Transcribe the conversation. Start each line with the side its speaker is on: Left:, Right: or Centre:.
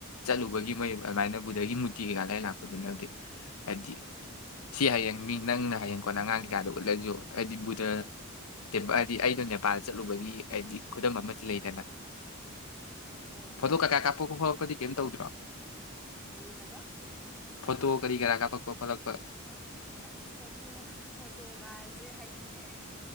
Left: ꯆꯠꯂꯨꯕꯒꯤ ꯃꯣꯏ ꯑꯗꯨꯃꯥꯏꯅ ꯕꯨꯗꯒꯤ ꯀꯩꯀꯥ ꯂꯩ ꯂꯥꯛꯄꯗꯨꯅꯗꯤ ꯍꯥꯏꯗꯤ ꯁꯤ ꯍꯌꯦꯡ ꯃꯤ ꯅꯪꯅ ꯍꯌꯦꯡ ꯀꯣꯟꯅ ꯑꯉꯥꯡ ꯀꯩꯀꯥꯗ ꯎꯠꯂꯁꯨ ꯍꯥꯏꯗꯤ ꯕꯨꯙ ꯇꯦꯝꯄꯜ ꯍꯥꯏꯗꯤ ꯑꯩꯩꯅꯣ ꯅꯦꯄꯥꯜ ꯆꯠꯂꯨꯕꯒꯤ ꯍꯥꯏꯗꯤ ꯈꯨꯗꯝ ꯑꯃꯗꯤ ꯂꯩꯗꯅ
Centre: ꯍꯣꯏ
Left: ꯐꯣꯇꯣ
Centre: ꯍꯣꯏ
Left: ꯀꯩꯀꯥ ꯀꯥꯞꯂꯛꯄ ꯈꯣꯠꯂꯛꯄꯗꯤ ꯀꯩꯝ ꯇꯧꯗ꯭ꯔꯥ
Centre: ꯀꯔꯤ ꯍꯥꯏꯕ
Left: ꯐꯣꯇꯣ ꯀꯔꯤ ꯀꯔꯥ ꯀꯥꯞꯄꯛꯄ ꯈꯣꯠꯂꯛꯄ
Centre: ꯑꯁ ꯐꯣꯇꯣ ꯐꯣꯇꯣꯒꯥꯁꯦ ꯍꯥꯏꯗꯤꯅꯦ